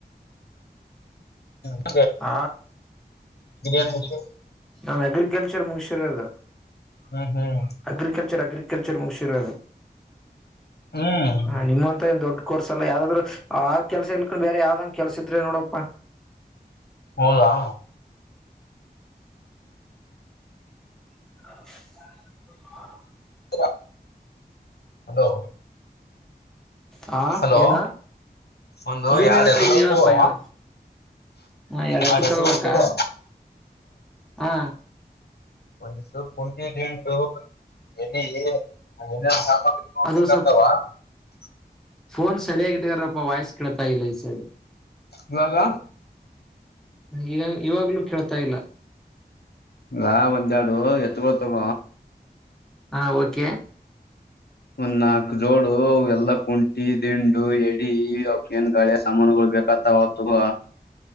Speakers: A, on the left; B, in the centre.
A: ಹ
B: ಹ
A: ಏನ್ ಮುಗ್ಸಿ
B: ನಾನು ಅಗ್ರಿಕಲ್ಚರ್ ಮುಗ್ಸಿ ಚರದು <unintelligible>
A: ಹ್ಮ್ ಹ್ಮ್
B: ಅಗ್ರಿಕಲ್ಚರ್ ಅಗ್ರಿಕಲ್ಚರ್ ಮುಗ್ಸಿ ಚಿರಳ <unintelligible>
A: ಹ್ಮ್
B: ಹ ನಿಮ್ಮಂತ ಏನ್ ದೊಡ್ಡ ಕೋರ್ಸ್ ಎಲ್ಲ ಯಾರಾದ್ರರು ಆ ಕೆಲ್ಸ ಇಲ್ಕೊಂಡು ಬೇರೆ ಯಾವ್ದಂ ಕೆಲ್ಸಿದ್ರೆ ನೋಡಪ್ಪಾ
A: ಹೌದಾ
B: <unintelligible>
A: ಹ ಹಲೋ.
B: ಹ
A: ಹಲೋ
B: ಏನ
A: ಒಂದು
B: ಏನ್
A: ಎರಡ್
B: ಹೇಳತಾ
A: ಎತ್ತುಗಳು
B: ಇದವಿ ಹೇಳಪ್ಪ
A: ತಗೋ
B: ಹೇಳ ಹ ಎರಡು ಹತ್ತು
A: ಎರಡ್ ಎತ್ತುಗಳು
B: ತಗೋಬೇಕ
A: ತಗೋ
B: ಹಾ.
A: ಒಂದು ಸ ಕುಟಿಟು ಎಲ್ಲಿ. ಇನ ಸಾಮಗ್ರ
B: ಅದು ಸ್ವಲ್ಪ
A: ಅತ ಆ <unintelligible>
B: ಫೋನ್ ಸರಿಯಾಗಿಟ್ಟಗಾರಪ್ಪ ವಾಯ್ಸ್ ಕೇಳ್ತಾ ಇಲ್ಲ ಈ ಸೈಡ್
A: ಇವಾಗ
B: ಈಗ ಇವಾಗ್ಲೂ ಕೇಳ್ ತ ಇಲ್ಲ
A: ರಾ ಒಂದಾಡು ಎತ್ಗ ತಗ
B: ಹ ಓಕೆ
A: ಒಂದ್ ನಾಕ್ ಜೋಡು ಎಲ್ಲ ಕುಂಟಿ ದಿಂಡು ಎಡಿ ಅವಕ ಏನ್ ಗಾಳಿಯ ಸಾಮಾನುಗಳು ಬೇಕತ್ತ ಹೊತ್ತುಗ